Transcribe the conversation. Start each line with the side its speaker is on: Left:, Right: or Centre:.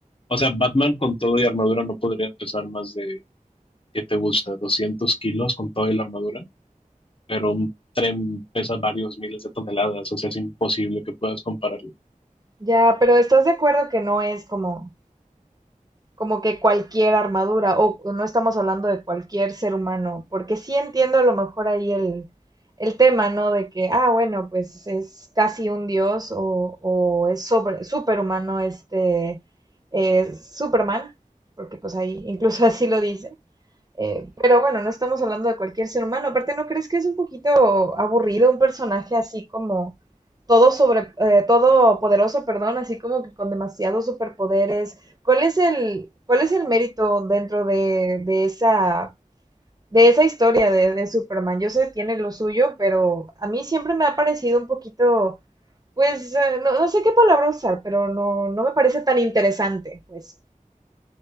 Left: O sea, Batman con todo y armadura no podría pesar más de que te gusta? 200 kilos con toda la armadura, pero un tren pesa varios miles de toneladas, o sea, es imposible que puedas compararlo.
Right: Ya, pero ¿estás de acuerdo que no es como como que cualquier armadura, o o no estamos hablando de cualquier ser humano, porque sí entiendo a lo mejor ahí el, el tema, ¿no? De que, ah, bueno, pues es casi un dios o, o es sobre, superhumano este eh, Superman, porque pues ahí incluso <laughs> así lo dice, eh, pero bueno, no estamos hablando de cualquier ser humano. Aparte, ¿no crees que es un poquito aburrido un personaje así como todo sobre, eh, todo poderoso, perdón, así como que con demasiados superpoderes? ¿Cuál es el, cuál es el mérito dentro de, de esa, de esa historia de, de Superman? Yo sé, tiene lo suyo, pero a mí siempre me ha parecido un poquito, pues, eh, no, no sé qué palabra usar, pero no, no me parece tan interesante, pues.